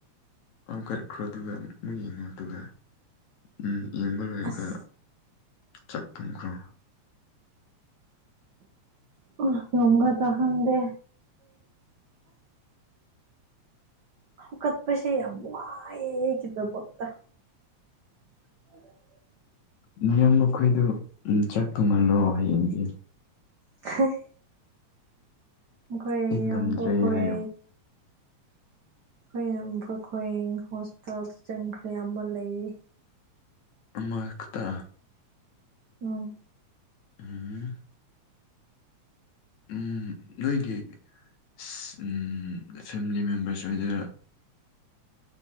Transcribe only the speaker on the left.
ꯑꯃ ꯀꯠꯈ꯭ꯔꯣ ꯑꯗꯨꯒ ꯃꯨꯛ ꯌꯦꯡꯉꯣ ꯑꯗꯨꯒ ꯎꯝ ꯌꯦꯡꯕ ꯂꯣꯏꯔꯒ
ꯆꯥꯛ ꯊꯣꯛꯈ꯭ꯔꯣ
ꯃꯤꯌꯥꯝ ꯃꯈꯣꯏꯗꯨ ꯎꯝ ꯆꯥꯛ ꯊꯣꯡꯍꯜꯂꯣ ꯍꯌꯦꯡꯒꯤ
ꯑꯩ ꯉꯝꯗ꯭ꯔꯦ
ꯍꯥꯏꯌꯣ
ꯑꯃꯈꯇꯥ
ꯎꯝ ꯎꯝ ꯅꯣꯏꯒꯤ ꯑꯁ ꯎꯝ ꯐꯦꯃꯤꯂꯤ ꯃꯦꯝꯕꯔꯁ ꯑꯣꯏꯗꯣꯏꯔꯣ